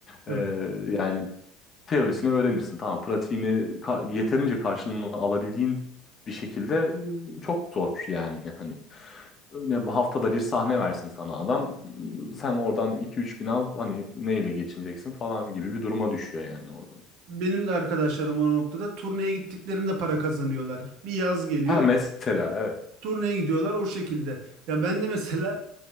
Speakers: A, on the right; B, on the left.
A: tabii.
B: Ee, Evet. yani Teorisini öğrenirsin. Tamam, pratiğini ka- yeterince karşılığını alabildiğin bir şekilde e, çok zor yani hani ne bu haftada bir sahne versin sana adam sen oradan iki üç bin al hani neyle geçineceksin falan gibi bir duruma düşüyor yani oradan.
A: Benim de arkadaşlarım o noktada turneye gittiklerinde para kazanıyorlar. Bir yaz geliyor,
B: Ha mesela evet.
A: turneye gidiyorlar o şekilde. Ya ben de mesela